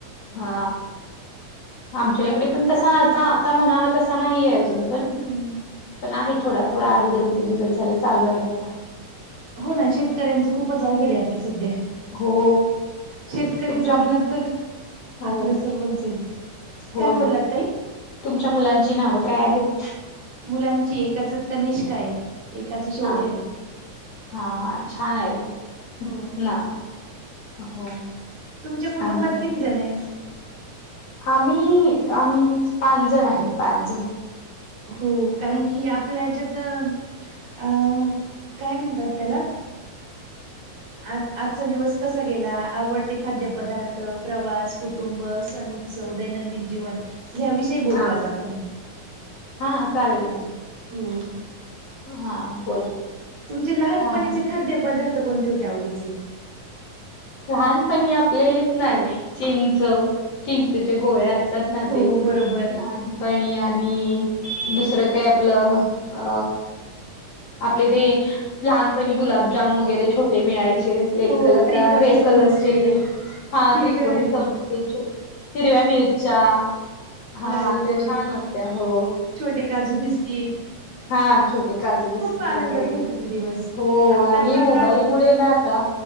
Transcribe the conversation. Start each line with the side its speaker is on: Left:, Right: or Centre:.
Left: हा. आमच्या इकडे
Right: आ
Left: पण तसा आसा आता म्हणावा त अससा नाही आहे अजून पण
Right: हम्म
Left: पण आहे थोडा थोडा आहे दोन तीन दिवस झालं चालू आहे आता
Right: हो ना शेतकऱ्यांचं खूपच अवघड आहे आता सध्या
Left: हो.
Right: शेतकरी
Left: तुमच्या
Right: जगला तर
Left: हो
Right: आपल् सर्वच हे
Left: होय
Right: काय बोलला
Left: ना
Right: तई
Left: तुमच्या मुलांची नावं काय आहेत.
Right: मुलांची एकाच तनिष्काय. एकाचं शौर्य
Left: हा
Right: आहे
Left: हा हा छान आहे
Right: हो.
Left: नाव हो
Right: तुमच्या कुटुंबात
Left: आणि काय
Right: किती जण आहे.
Left: आम्ही आम्ही पाच जण आहे पाच जण.
Right: हो कारण की आपल्याच्यात अ काय म्हणतात त्याला आज आजचा दिवस कसा गेला आवडते खाद्यपदार्थ प्रवास कुटुंब सण उत्सव दैनंदिन जीवन या्याविषयी बोलू
Left: हा
Right: आज आपण
Left: हा चालेल ना.
Right: हो
Left: हा बोला
Right: तुमचे लहानपणीचे
Left: हा आणखी
Right: खाद्य बदल. कोणते होते आवडीचे.
Left: लहानपणी आपलं हेच ना
Right: हो
Left: चींच चिंचेचे
Right: हम्म
Left: गोळे असतात ना
Right: हो
Left: ते लहान.
Right: बरोबर
Left: पणी आणि दुसरं काय आपलं अ आपले ते लहानपणी गुलाबजाम वगैरे छोटे. ते मिळायचे लेल
Right: हो
Left: कलर
Right: त्रिकोणी
Left: रेड
Right: समोसे
Left: कलरचे ते. हा
Right: हिरव्या
Left: त्रिकोणी समोसे छोटे हिरव्या मिरच्या. हा
Right: लाल
Left: त्या
Right: गोड
Left: छान होत्या हो.
Right: छोटे काजू भिस्कक
Left: हा छोट काजू बिस्किट
Right: आनंदात
Left: वगैरे
Right: होते ते दिवस
Left: हो
Right: आत्ताचा
Left: आणि मोबाईल
Right: काळ
Left: मु मुळे ना आता.